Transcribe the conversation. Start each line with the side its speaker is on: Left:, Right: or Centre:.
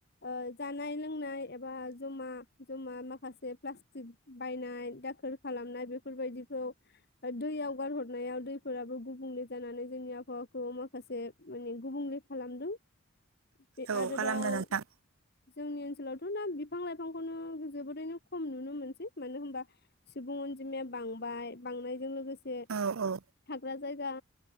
Left: ओ जानाय लोंनाय एबा जमा जमा माखासे प्लास्टिक बायनाय दाखोर खालामनाय बेफोरबायदिखौ दैयाव गारहरनायाव दैफोराबो गुबुंले जानानै जोंनि आबहावाखौ माखासे माने गुबुंले खालामदों। बे
Right: औ
Left: आरोबाव
Right: खालामदो नोंथां
Left: जोंनि ओनसोलावथ' दा बिफां लाइफांखौनो जोबोरैनो खम नुनो मोनसै मानो होनबा सुबुं अनजिमाया बांबाय बांनायजों लोगोसे एसे
Right: औ औ
Left: थाग्रा जायगा